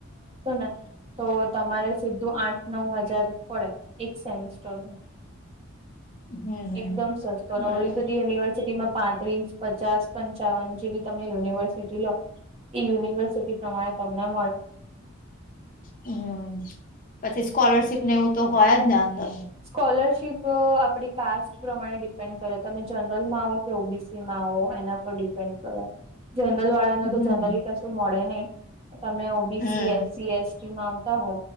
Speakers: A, on the right; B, on the left.
A: <unintelligible> તો તમારે સીધું આઠ નવ હજાર પડે, એક સેમિસ્ટર.
B: <unintelligible> હમ
A: એકદમ સસ્તુ, અને
B: બરાબર
A: ઓલી બધી યુનિવર્સિટીમાં પાંત્રીસ પચાસ પંચાવન જેવી તમે યુનિવર્સિટી લો ઈ યુનિવર્સિટી. તમારી તમને મળે.
B: હમ, પછી સ્કોલરશીપ ને, એવું તો હોય જ ને અંદર.
A: સ્કોલરશિપ આપડી કાસ્ટ પ્રમાણે ડિપેન્ડ કર્યો, તમે જનરલ માં આવો. ઓ બી સી માં આવો, એના પર ડિપેન્ડ કરે. જર્નરલ વાળા
B: હમ
A: ને, તો જનરલી કશું મળે ન‌ઈ, તમે ઓ. બી.
B: હમ
A: C, S. સી. એસ આવતા હો,